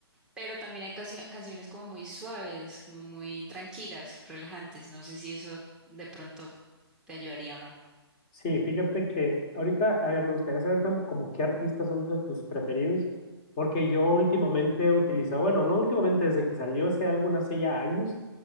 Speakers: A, in the centre; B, on the left (about 25°).
A: pero también hay cancio- canciones como muy suaves, como muy tranquilas, relajantes, no sé si eso de pronto te ayudaría o no.
B: Sí, fíjate que ahorita, a ver, me gustaría saber como, como qué artistas son de tus preferidos, porque yo últimamente he utilizado, bueno, no últimamente, desde que salió ese álbum hace ya años,